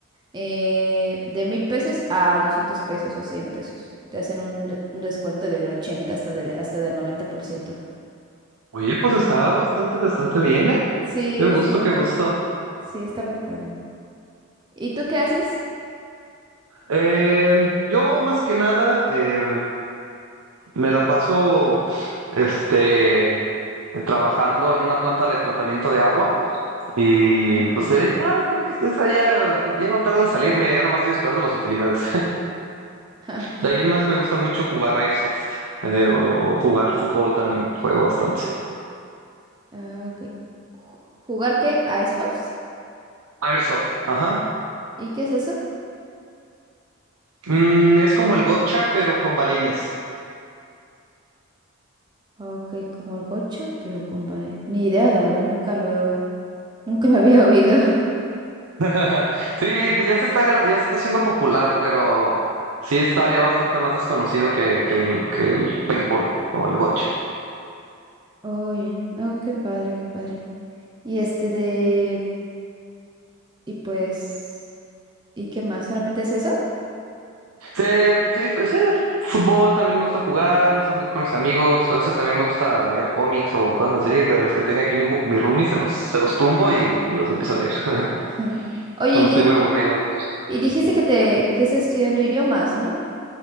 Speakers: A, on the right (about 20°); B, on the right (about 80°).
A: eh, de mil pesos a 200 pesos o 100 pesos. Te hacen un, de- un descuento del 80 hasta del, hasta del noventa por ciento
B: Oye, pues está bastante, bastante bien, ¿eh?
A: Sí,
B: Qué gusto,
A: sí, la-
B: qué gusto.
A: sí, está muy padre. ¿Y tú qué haces?
B: Eh, yo más que nada eh, me la paso, este, trabajando en una planta de tratamiento de agua y
A: Ujú.
B: pues ahí está, también está, está ya, ya no tardan en salirme, ya nomás estoy esperando las utilidades.
A: Ja,
B: De ahí en más me gusta mucho jugar Airsoft eh, o, o jugar fútbol también, juego bastante.
A: ah, ok. Ju- ¿Jugar qué? ¿Icebox?
B: Airsoft, ajá.
A: ¿Y qué es eso?
B: Mm, es como el gotcha, pero con balines.
A: Ok, como el gocha, pero con varias. Ni idea, la verdad, nunca lo he, nunca lo había oído. <laughs>
B: <laughs> Sí, ya se está, agar- ya se está haciendo popular, pero sí está todavía bastante más desconocido que, que el, que el paintball o el gotcha.
A: Oye, oh, qué padre, qué padre. Y este de, y pues, ¿y qué más? ¿Solamente es eso?
B: Sí, sí, f- sí, fútbol también me gusta jugar, me gusta salir con mis amigos, a veces también me gusta leer cómics o cosas así, de los que tiene aquí mi, ju- mi roomie, se los, se los tumbo y los empiezo a leer <laughs>
A: <laughs> Ujú. Oye,
B: cuando
A: di-
B: estoy muy aburrido.
A: y dijiste que te que estás estudiando idiomas, ¿no?